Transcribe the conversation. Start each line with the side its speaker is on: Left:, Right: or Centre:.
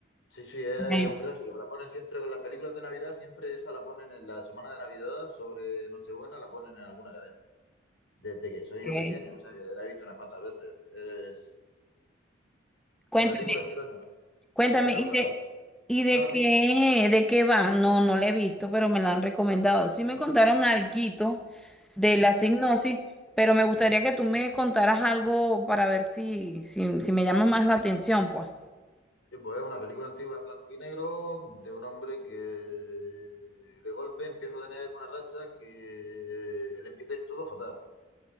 Left: Sí, sí, es
Centre: Ay,
Left: un clásico. La ponen siempre con las películas de Navidad, siempre esa la ponen en la semana de Navidad, sobre Nochebuena la ponen en alguna cadena. Desde que soy
Centre: ok.
Left: yo pequeño, o sea, que la he visto unas cuantas veces. Es
Centre: Cuéntame,
Left: una película extraña
Centre: Cuéntame,
Left: que te habla...
Centre: ¿y de, y de
Left: ¿No la has
Centre: qué,
Left: visto?
Centre: de qué va? No, no la he visto, pero me la han recomendado. Sí me contaron alguito de la signosis,
Left: Sí.
Centre: pero me gustaría que tú me contaras algo para ver si, si, si me llama más la atención, pues.
Left: Sí, pues es una película antigua en blanco y negro de un hombre que de golpe empieza a tener una racha que le empieza a ir todo fatal.